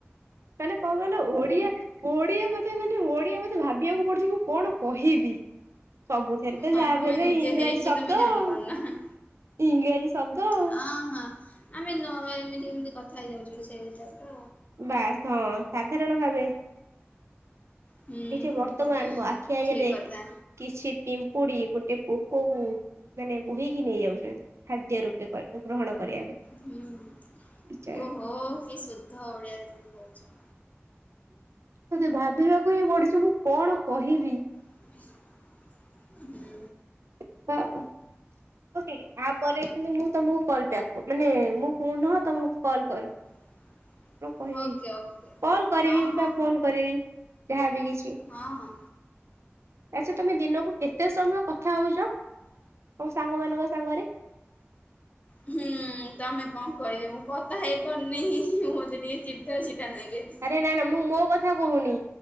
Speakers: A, on the right; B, on the left.
A: ମାନେ କଣ କହିଲ ଓଡିଆ ଓଡିଆ ମତେ ମାନେ ଓଡିଆ ମତେ ଭାବିବାକୁ ପଡୁଚି ମୁଁ କଣ କହିବି? ସବୁଥିରେ ତ
B: ହଁ
A: ଯାହାବିହେଲେ
B: ତମେ ନିଜେ
A: ଇଂରାଜୀ
B: ହେଇକି
A: ଶବ୍ଦ
B: ତମେ ଜାଣିପାରୁନା।
A: ଆଉ ଇଂରାଜୀ ଶବ୍ଦ। ଆଉ।
B: ହଁ ହଁ ଆମେ ନ ଏମିତି ଏମିତି କଥା ହେଇଯାଉଚୁ ସେଇଟା ତ।
A: ବାସ୍ ହଁ ସାଧାରଣ ଭାବେ
B: ହୁଁ
A: ଏଇଠି ବର୍ତ୍ତମାନ
B: ହୁଁ
A: ମୋ ଆଖି ଆଗରେ
B: ଠିକ କଥା
A: କିଛି ପିମ୍ପୁଡି ଗୋଟେ ପୋକକୁ ମାନେ ବୋହିକି ନେଇଯାଉଚନ୍ତି ଖାଦ୍ୟ ରୂପେ କ ଗ୍ରହଣ କରିବା ପାଇଁ
B: ହୁଁ
A: ବିଚରା।
B: ଓହୋ କି ସୁଦ୍ଧ ଓଡିଆରେ ତମେ କହୁଚ।
A: ମତେ ଭାବିବାକୁ ହିଁ ପଡୁଚି ମୁଁ କଣ କହିବି?
B: ହୁଁ।
A: <unintelligible> ଓକେ ଆ ପରେ କିନ୍ତୁ ମୁଁ ତମକୁ କଲ ବ୍ୟାକ କ ମାନେ ମୁଁ ପୁନଃ ତମକୁ କଲ୍ କର
B: <inaudible>
A: କହିବି
B: ଓକେ
A: କଲ କରିବି
B: ହଁ ହଁ
A: ବା ଫୋନ କରିବି ଏହାବି କିଛି
B: ହଁଅଁ।
A: ଆଚ୍ଛା ତମେ ଦିନକୁ କେତେ ସମୟ କଥା ହଉଚ ତମ ସାଙ୍ଗ ମାନଙ୍କ ସାଙ୍ଗରେ?
B: ହୁଁ ତମେ କଣ କହିବ ମୁଁ କଥା ହେଇପାରୁନେଇଁ ଯେତିକି ଚିଡା ଚିଡା ନାଗେ।
A: ଏ ନା ନା ମୁଁ ମୋ କଥା କହୁନି